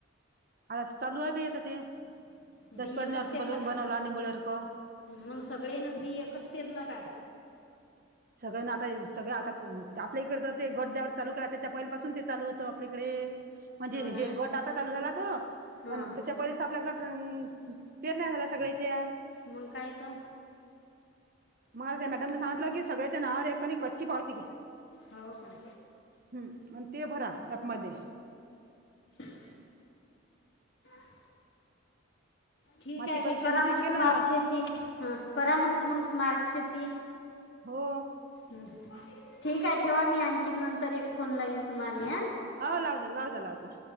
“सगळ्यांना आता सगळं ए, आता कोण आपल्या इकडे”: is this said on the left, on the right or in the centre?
Right